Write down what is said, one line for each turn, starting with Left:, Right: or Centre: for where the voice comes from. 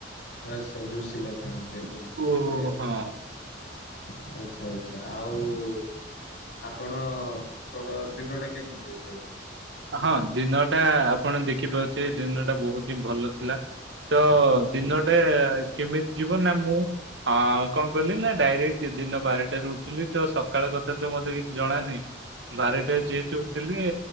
Left: ଆଚ୍ଛା ଯୋସିଲା ଫେଣି ବହୁତ
Right: ଓ
Left: ବଢିଆ ଜିନିଷ।
Right: ହଁ।
Left: ଆଚ୍ଛା ଆଚ୍ଛା। ଆଉ ଆପଣଙ୍କର ଦିନ ଟା କେମିତି ସେ ଚାଲିଛି।
Right: ହଁ ଦିନଟା ଆପଣ ଦେଖିପାରୁଥିବେ। ଦିନ ଟା ବହୁତ ହିଁ ଭଲ ଥିଲା। ତ
Left: ଆଚ୍ଛା
Right: ଦିନଟେ କେମିତି ଯିବ ନା ମୁଁ କଣ କଲିି ନା ଡାଇରେକ୍ଟ ଯ ଦିନ ବାରଟାରେ ଉଠିଲି। ତ ସକାଳେ ତଥାପି ତ ମତେ କିଛି ଜଣା ନାହିଁ। ବାରିଟା
Left: ଆଚ୍ଛା ଆଚ୍ଛା
Right: ଯେହେଠୁ ଉଠିଲି